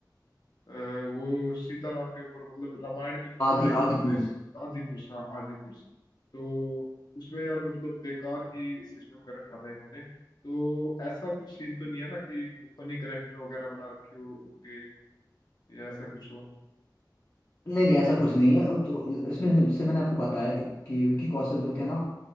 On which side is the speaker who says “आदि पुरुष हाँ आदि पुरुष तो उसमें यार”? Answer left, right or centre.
Left